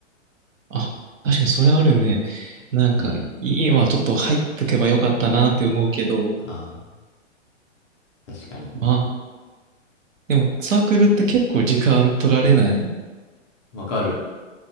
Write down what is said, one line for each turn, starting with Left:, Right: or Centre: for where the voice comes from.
Right: あ、確かにそれあるね。なんか、
Left: うん。
Right: 今ちょっと入っとけばよかったなって思うけど、
Left: ああ、確かに。
Right: まあ、でもサークルって結構時間取られない
Left: わかる。